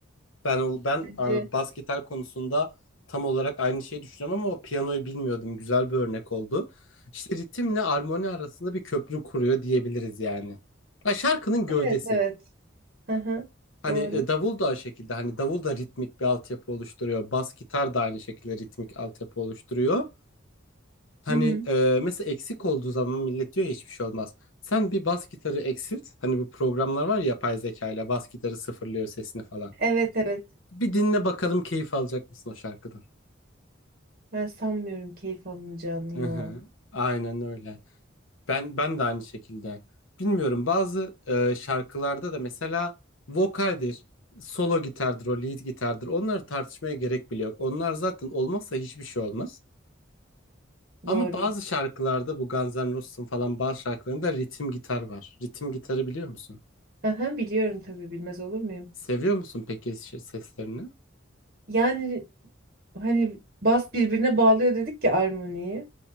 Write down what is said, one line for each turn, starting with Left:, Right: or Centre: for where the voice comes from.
Left: Ben o ben
Right: Bence.
Left: a, bas gitar konusunda tam olarak aynı şeyi düşünüyorum ama o piyanoyu bilmiyordum. Güzel bir örnek oldu. İşte ritimle armoni arasında bir köprü kuruyor diyebiliriz yani. Ha, şarkının gövdesi.
Right: Evet evet. Hı hı.
Left: Hani
Right: Doğru.
Left: e, davul da aynı şekilde hani davul da ritmik bir altyapı oluşturuyor. Bas gitar da aynı şekilde ritmik altyapı oluşturuyor. Hani
Right: Hı hı.
Left: e, mesela eksik olduğu zaman millet diyor ya hiçbir şey olmaz. Sen bir bas gitarı eksilt. Hani bu programlar var ya yapay zeka ile bas gitarı sıfırlıyor sesini falan.
Right: Evet evet.
Left: Bir dinle bakalım keyif alacak mısın o şarkıdan?
Right: Ben sanmıyorum keyif alınacağını
Left: Hı
Right: ya.
Left: hı. Aynen öyle. Ben ben de aynı şekilde. Bilmiyorum bazı e, şarkılarda da mesela vokaldir, solo gitardır, o lead gitardır. Onları tartışmaya gerek bile yok. Onlar zaten olmazsa hiçbir şey olmaz. Ama
Right: Doğru.
Left: bazı şarkılarda bu Guns N' Roses'ın falan bazı şarkılarında ritim gitar var. Ritim gitarı biliyor musun?
Right: Aha, biliyorum tabii bilmez olur muyum?
Left: Seviyor musun peki şey- seslerini?
Right: Yani hani bas birbirine bağlıyor dedik ya armoniyi.